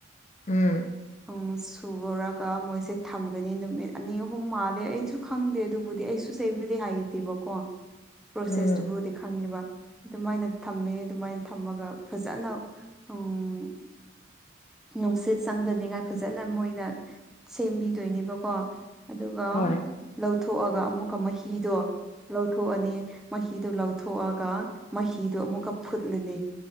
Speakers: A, on the left; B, in the centre.
A: ꯎꯝ
B: ꯎꯝ ꯁꯨꯨꯔꯒ ꯃꯣꯏꯁꯦ ꯊꯝꯒꯅꯤ ꯅꯨꯃꯤꯠ ꯑꯅꯤ ꯑꯍꯨꯝ ꯃꯥꯜꯂꯦ ꯑꯩꯗꯨ ꯈꯪꯗꯦ ꯑꯗꯨꯕꯨꯗꯤ ꯑꯩꯁꯨ ꯁꯦꯝꯕꯗꯤ ꯍꯥꯏꯇꯦꯕꯀꯣ ꯄ꯭ꯔꯣꯁꯦꯁꯇꯨꯕꯨꯗꯤ
A: ꯎꯝ
B: ꯈꯪꯉꯦꯕ ꯑꯗꯨꯃꯥꯏꯅ ꯊꯝꯃꯦ ꯑꯗꯨꯃꯥꯏꯅ ꯊꯝꯃꯒ ꯐꯖꯅ ꯎꯝ ꯅꯨꯡꯁꯤꯠ ꯆꯪꯗꯅꯤꯡꯉꯥꯏ ꯐꯖꯅ ꯃꯣꯏ ꯁꯦꯝꯕꯤꯗꯣꯏꯅꯦꯕꯀꯣ ꯑꯗꯨꯒ
A: ꯍꯣꯏ
B: ꯂꯧꯊꯣꯛꯑꯒ ꯑꯃꯨꯛꯀ ꯃꯍꯤꯗꯣ ꯂꯧꯊꯣꯛꯑꯅꯤ ꯃꯍꯤꯗꯣ ꯂꯧꯊꯣꯛꯑꯒ ꯃꯍꯤꯗꯣ ꯑꯃꯨꯛꯀ ꯐꯨꯠꯂꯅꯤ